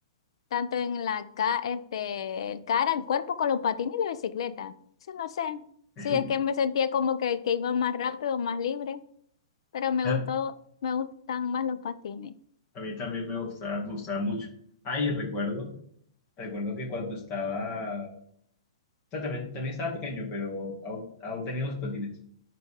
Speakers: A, on the left; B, on the left.
A: tanto en la ca, este, el cara, el cuerpo con los patines y la bicicleta. Sí, no sé.
B: <laughs>
A: Sí, es que me sentía como que, que iba más rápido, más libre. Pero me
B: A
A: gustó, me gustan más los patines.
B: a mí también me gustaba, me gustaba mucho. Ay, recuerdo, recuerdo que cuando estaba, o sea, también, también estaba pequeño, pero aún, aún tenía los patines.